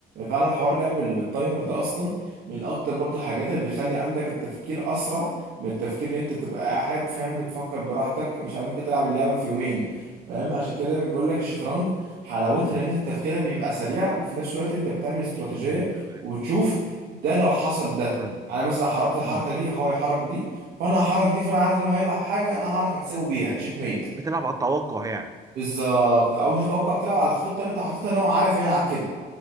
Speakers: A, on the right; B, on the right.
A: فعلا حوار اللعب اللي بالتايمر ده اصلا من اكتر برضو الحاجات اللي بتخلي عندك التفكير اسرع من التفكير اللي انت تبقى قاعد فاهم بتفكر براحتك مش عارف ممكن تلعب اللعبه في يومين فاهم عشان كده بيقول لك الشطرنج حلاوتها
B: أمم.
A: لان انت تفكيرك بيبقى سريع وفي نفس الوقت انت بتعمل استراتيجيه
B: ايوه ايوه
A: وبتشوف ده لو حصل ده
B: فاهم
A: انا مثلا لو حركت الحركه
B: أمم.
A: دي هو يحرك دي فانا هحرك دي فانا عارف ان هو هيلعب حاجه انا هعرف اكسبه بيها تشيك ميت
B: بتلعب على التوقع يعني
A: بالظبط او مش متوقع بتلعب على الخطه اللي انت حاططها ان هو عارف هيلعب كده